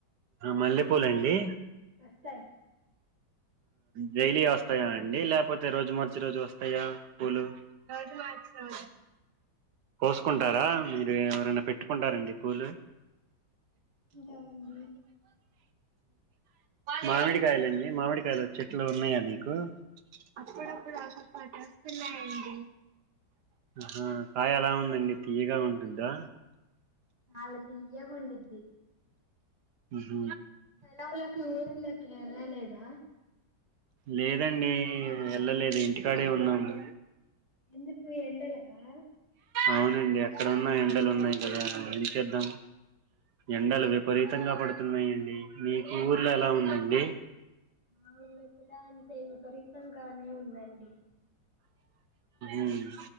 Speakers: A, on the right; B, on the right.
A: మల్లెపూలండి
B: వస్తాయి.
A: డైలీ వస్తాయా అండి లేకపోతే రోజు మార్చి రోజు వస్తాయా, పువ్వులు రోజు మర్చి రోజు వస్తాయి, కోసుకుంటారా మీరు ఏ ఏమైనా పెట్టుకుంటారండి పువ్వులు,
B: తింటామండి
A: మామిడికాయలుండి మామిడికాయలు చెట్లు ఉన్నాయా మీకు, అప్పుడప్పుడు అ పాట వస్తున్నాయండి ఆహా కాయ ఎలా ఉందండి తీయగా ఉంటుందా
B: నళ తీయ గుండిద్ది
A: మ్హ్
B: సెలవుుకి ఊర్లాకి ఎల్ల లేదా
A: లేదండి ఎళ్ళలేదు ఇంటికాడే ఉన్నాము
B: ఎందుకు ఎండలకా
A: అవునండి అక్కడ ఉన్నా ఎండలు ఉన్నాయి కదా ఏంచేద్దాం ఎండలు విపరీత తంగా పడుతున్నాయండి మీకు ఊర్లో ఎలా ఉందండి <unintelligible>
B: మా ఊర్లో కూడా అంతే విపరీతంగానే ఉందండి
A: మ్